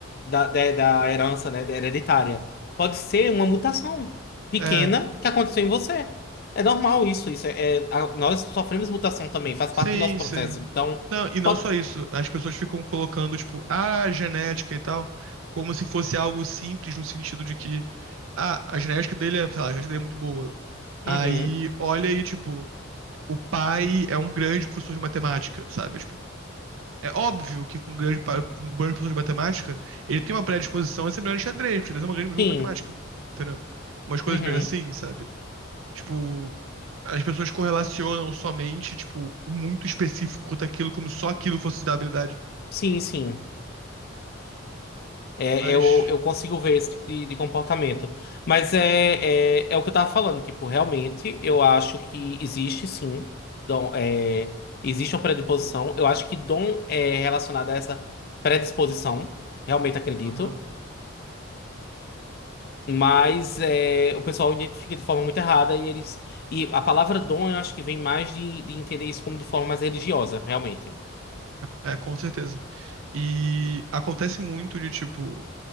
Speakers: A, on the left; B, on the right.
A: da, da, da herança, né, da hereditária. Pode ser uma mutação pequena
B: É,
A: que aconteceu em você. É normal isso. Isso é, é- a- nós sofremos mutação também, faz
B: sim,
A: parte do nosso processo.
B: sim.
A: Então,
B: Não, e não
A: pode.
B: só isso, as pessoas ficam colocando, tipo, "Ah, a genética e tal, como se fosse algo simples, no sentido de que, ah, a genética dele é, sei lá, a genética dele é muito boa.
A: Uhum,
B: Aí, olha aí, tipo. o pai é um grande professor de matemática, sabe? Tipo, é óbvio que com um grande, pa- um grande professor de matemática, ele tem uma predisposição a ser melhor em xadrez, porque xadrez é uma grande jogo
A: sim.
B: de matemática, entendeu? Umas coisas
A: Uhum,
B: meio assim, sabe? Tipo, as pessoas correlacionam somente, tipo, o muito específico daquilo, como só aquilo fosse da habilidade.
A: sim, sim. É,
B: Mas,
A: eu, eu consigo ver esse tipo de, de comportamento. Mas é, é, é o que eu tava falando, tipo, realmente eu acho que existe sim, dom, é, existe uma predisposição. Eu acho que dom é relacionado a essa predisposição, realmente acredito.
B: aham,
A: Mas é, o pessoal identifica de forma muito errada e eles. E a palavra dom eu acho que vem mais de, de entender isso como de forma mais religiosa, realmente.
B: é, é, com certeza. E acontece muito de, tipo,